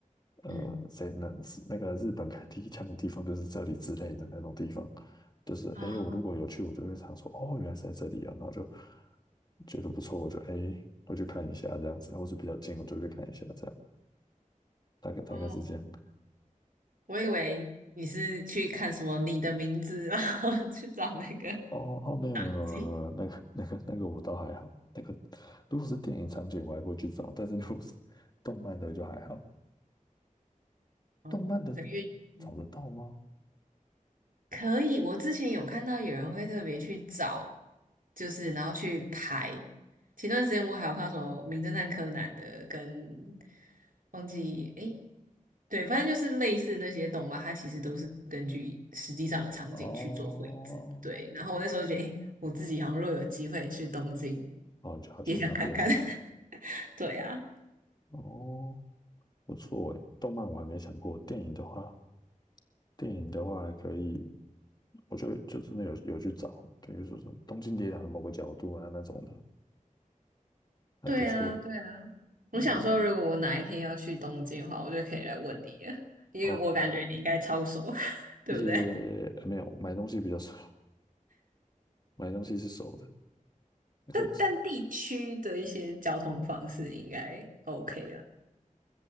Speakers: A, on the left (about 30°); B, on the right (about 85°).
A: 呃，
B: 嗯
A: 谁能那个日本开第一枪的地方就是这里之类的那种地方，就是诶，
B: 啊
A: 我如果有去，我就会常说，哦，原来是在这里啊，然后就觉得不错，我就诶，我去看一下这样子，或是比较近，我就去看一下这样，大概大概是这样。
B: 哦，我以为你是去看什么《你的名字》，然后去找那个 <laughs>
A: 哦哦，哦没有没有没有没有，
B: 场景。
A: 没有那个那个那个我倒还好，那个如果是电影场景我还会去找，但是如果是动漫的就还好，
B: 哦，
A: 动漫的
B: 的因为嗯
A: 找得到吗？
B: 可以，我之前有看到有人会特别去找，就是然后去排。前段时间我还有看到什么《名侦探柯南》的，跟忘记诶，对，反正就是类似那些动漫，它其实都是根据实际上的场景去做绘制。
A: 哦
B: 对，然后我那时候就觉得，诶，我自己好像若有机会去东京，
A: 哦，就要去那边
B: 也想看看。<laughs> 对啊，
A: 哦。不错诶，动漫我还没想过，电影的话，电影的话还可以，我就就真的有有去找，比如说什么《东京铁塔》的某个角度啊那种的，还不错，
B: 对啊，对啊。我想说，
A: 我觉得
B: 如果我哪一天要去东京的话，我就可以来问你了，因为我感觉你应该超熟，
A: 哦，
B: <laughs> 对不对？
A: 也呃没有买东西比较少，买东西是熟的，你是，
B: 但但地区的一些交通方式应该 OK 了，